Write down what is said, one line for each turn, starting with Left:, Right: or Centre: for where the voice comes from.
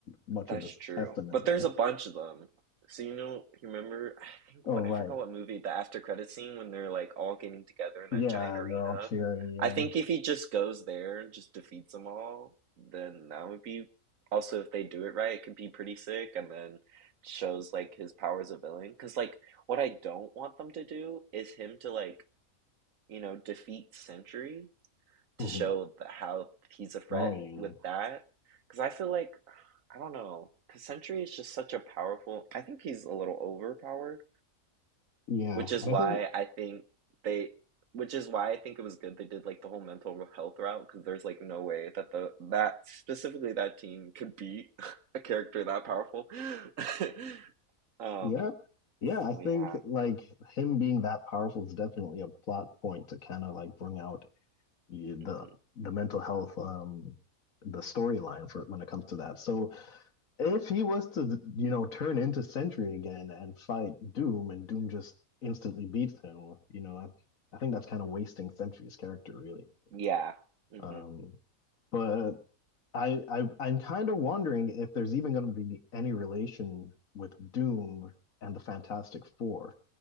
Left: much
Right: That's
Left: of a
Right: true.
Left: testament
Right: But
Left: there.
Right: there's a bunch of them. So you know, you remember, I think
Left: Oh,
Right: what
Left: right.
Right: I forgot what movie, the after credit scene when they're like all getting together in
Left: Yeah,
Right: that giant arena.
Left: they're all cheering. Yeah.
Right: I think if he just goes there and just defeats them all, then that would be also if they do it right, it could be pretty sick and then shows like his power as a villain. Because like what I don't want them to do is him to like, you know, defeat Sentry to
Left: hmm
Right: show that how he's a threat
Left: Oh, yeah.
Right: with that. Because I feel like, I don't know, because Sentry is just such a powerful. I think he's a little overpowered,
Left: Yeah,
Right: which is
Left: and
Right: why
Left: I think
Right: I think they. Which is why I think it was good they did like the whole mental health route because there's like no way that the that specifically that team could beat <laughs> a character that powerful. <laughs> um.
Left: Yeah. Yeah, I
Right: So
Left: think
Right: yeah.
Left: like him being that powerful is definitely a plot point to kind of like bring out y- the
Right: hmm
Left: the mental health um the storyline for when it comes to that. So if he was to, you know, turn into Sentry again and fight Doom and Doom just instantly beats him, you know, I, I think that's kind of wasting Sentry's character really.
Right: Yeah. Mm-hmm.
Left: Um but I, I I'm kind of wondering if there's even going to be any relation with Doom and the Fantastic Four.